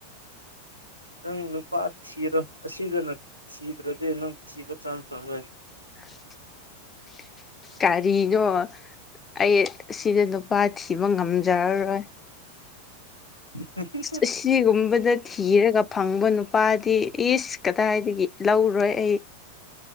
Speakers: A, on the right; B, on the left.
A: ꯅꯪ ꯅꯨꯄꯥ ꯊꯤꯔꯣ ꯑꯁꯤꯗꯅ ꯊꯤꯗ꯭ꯔꯗꯤ ꯅꯪ ꯊꯤꯕ ꯆꯥꯟꯁ ꯐꯪꯉꯣꯏ
B: <inaudible> ꯀꯥꯔꯤꯅꯣ ꯑꯩ ꯁꯤꯗ ꯅꯨꯄꯥ ꯊꯤꯕ ꯉꯝꯖꯔꯔꯣꯏ
A: ꯍ ꯍꯥ ꯍ
B: ꯑꯁꯤꯒꯨꯝꯕꯗ ꯊꯤꯔꯒ ꯐꯪꯕ ꯅꯨꯄꯥꯗꯤ ꯏꯁ ꯀꯗꯥꯏꯗꯒꯤ ꯂꯧꯔꯣꯏ ꯑꯩ